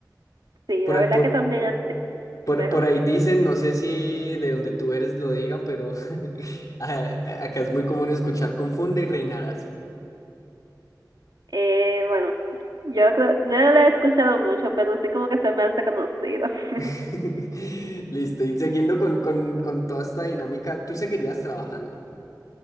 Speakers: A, on the right (about 70°); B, on the left (about 55°).
A: Sí,
B: Por,
A: la
B: ahí-
A: verdad
B: por,
A: que también así
B: por,
A: mejor.
B: por ahí dicen, no sé si de donde tú eres lo diga, pero <laughs> a- acá es muy común escuchar confunde y reinarás.
A: Eh, bueno, yo creo, no lo he escuchado mucho, pero sí como que se me hace conocido. <laughs>
B: <laughs> Listo, y siguiendo con, con, con toda esta dinámica, ¿tú seguirías trabajando?